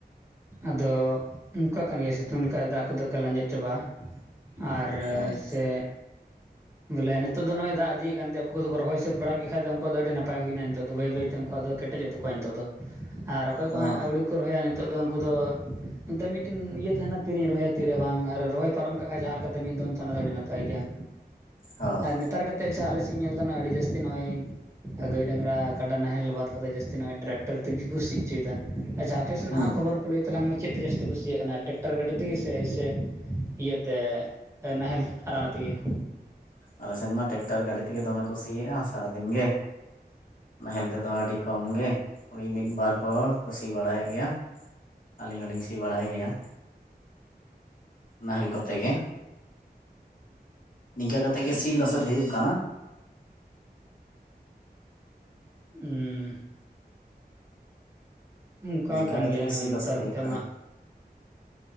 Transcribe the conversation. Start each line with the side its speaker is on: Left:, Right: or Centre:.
Right: ᱟᱫᱚ ᱚᱱᱠᱟ ᱠᱟᱱ ᱜᱮᱭᱟ ᱥᱤᱛᱩᱝ ᱞᱮᱠᱷᱟᱡ ᱫᱟᱜ ᱠᱚᱫᱚ ᱮᱠᱟᱞ ᱟᱸᱡᱮᱫ ᱪᱟᱵᱟᱜᱼᱟ ᱟᱨ
Left: ᱦᱳᱭ
Right: ᱥᱮ ᱵᱚᱞᱮ ᱱᱤᱛᱚᱜ ᱫᱚ ᱱᱚᱜᱼᱚᱭ ᱫᱟᱜ ᱤᱫᱤᱭᱮ ᱠᱟᱱᱛᱮ ᱩᱱᱠᱩ ᱫᱚᱠᱚ ᱨᱚᱦᱚᱭ ᱥᱟᱹᱛ ᱵᱟᱲᱟ ᱠᱮᱫ ᱠᱷᱟᱫᱚ ᱩᱱᱠᱩᱣᱟᱜ ᱟᱹᱰᱤ ᱱᱟᱯᱟᱭ ᱦᱩᱭᱮᱱᱟ ᱱᱤᱛᱚᱜ ᱫᱚ᱾ ᱵᱟᱹᱭ-ᱵᱟᱹᱭᱛᱮ ᱩᱱᱠᱩᱣᱟᱜ ᱫᱚ <inaudible> ᱠᱮᱴᱮᱡᱚᱜ ᱛᱟᱠᱚᱣᱟ ᱱᱤᱛᱚᱜ ᱫᱚ ᱟᱨ ᱚᱠᱚᱭ
Left: ᱦᱚᱸ
Right: ᱠᱚ ᱦᱟᱸᱜ ᱟᱹᱣᱨᱤ ᱠᱚ ᱨᱚᱦᱚᱭᱟ, ᱱᱤᱛᱚᱜ ᱫᱚ ᱩᱱᱠᱩ ᱫᱚ ᱱᱚᱛᱮ ᱢᱤᱫᱴᱮᱱ ᱤᱭᱟᱹ ᱛᱟᱦᱮᱱᱟ ᱛᱤᱨᱤᱧ ᱨᱚᱦᱚᱭᱟ ᱛᱤᱨᱮ ᱵᱟᱝ ᱟᱨ ᱨᱚᱦᱚᱭ ᱯᱟᱨᱚᱢ ᱠᱟᱜ ᱠᱷᱟᱱ ᱡᱟᱦᱟᱸ ᱞᱮᱠᱟᱛᱮ ᱢᱤᱫ ᱫᱚᱢ ᱚᱱᱟ ᱫᱚ ᱟᱹᱰᱤ ᱱᱟᱯᱟᱭ ᱜᱮᱭᱟ᱾
Left: ᱦᱳᱭ
Right: ᱟᱨ ᱱᱮᱛᱟᱨ ᱠᱟᱛᱮᱫ ᱟᱪᱪᱷᱟ ᱟᱞᱮ ᱥᱮᱫ ᱤᱧ ᱧᱮᱞ ᱫᱟ ᱟᱹᱰᱤ ᱡᱟᱹᱥᱛᱤ ᱱᱚᱜᱼᱚᱭ᱾ ᱜᱟᱹᱭ, ᱰᱟᱝᱨᱟ, ᱠᱟᱰᱟ ᱱᱟᱦᱮᱞ ᱵᱟᱫ ᱠᱟᱛᱮ ᱡᱟᱹᱥᱛᱤ ᱱᱚᱜᱼᱚᱭ ᱴᱨᱟᱠᱴᱚᱨ ᱛᱮᱜᱮ ᱠᱚ ᱥᱤ ᱦᱚᱪᱚᱭᱮᱫᱟ᱾ ᱟᱪᱪᱷᱟ ᱟᱯᱮ ᱥᱮᱱᱟᱜ
Left: ᱦᱩᱸ
Right: ᱦᱟᱜ ᱚᱨ <unintelligible> ᱠᱚ ᱞᱟᱹᱭ ᱛᱟᱞᱟᱝ ᱢᱮ, ᱪᱮᱫ ᱛᱮ ᱡᱟᱹᱥᱛᱤ ᱠᱚ ᱥᱤᱭᱮᱫ ᱠᱟᱱᱟ ᱴᱮᱠᱴᱟᱨ ᱜᱟᱹᱰᱤ ᱛᱮᱜᱮ ᱥᱮ, ᱮᱥᱮ ᱤᱭᱟᱹᱛᱮ ᱱᱟᱦᱮᱞ ᱟᱸᱲᱟᱨ ᱛᱮᱜᱮ᱾
Left: ᱟᱞᱮ ᱥᱮᱱ ᱢᱟ ᱴᱮᱠᱴᱟᱨ ᱜᱟᱹᱰᱤ ᱛᱮᱜᱮ ᱫᱚᱢᱮ ᱠᱚ ᱥᱤᱭᱮᱫᱼᱟ, ᱥᱟᱨᱟᱫᱤᱱ ᱜᱮ ᱱᱟᱦᱮᱞ ᱛᱮᱫᱚ ᱟᱹᱰᱤ ᱠᱚᱢ ᱜᱮ᱾ ᱳᱭ ᱢᱤᱫ ᱵᱟᱨ ᱦᱚᱲ ᱠᱚ ᱥᱤ ᱵᱟᱲᱟᱭᱮᱫ ᱜᱮᱭᱟ᱾ ᱟᱞᱤᱧ ᱦᱚᱞᱤᱧ ᱥᱤ ᱵᱟᱲᱟᱭ ᱜᱮᱭᱟ᱾ ᱱᱟᱦᱮᱞ ᱠᱚᱛᱮ ᱜᱮ᱾ ᱱᱤᱝᱠᱟᱹ ᱠᱟᱛᱮᱜ ᱜᱮ ᱥᱤ ᱞᱚᱥᱚᱫ ᱦᱩᱭᱩᱜ ᱠᱟᱱᱟ᱾
Right: ᱦᱩᱸ ᱚᱱᱠᱟ
Left: ᱱᱤᱝᱠᱟᱹ
Right: ᱠᱟᱱ
Left: ᱠᱟᱛᱮᱜ
Right: ᱜᱮᱭᱟ ᱱᱚᱜᱼᱚᱭ
Left: ᱜᱮ ᱥᱤ
Right: ᱱᱮᱛᱟᱨ
Left: ᱞᱚᱥᱚᱫ ᱦᱩᱭᱩᱜ
Right: ᱠᱟᱛᱮ
Left: ᱠᱟᱱᱟ
Right: ᱢᱟ᱾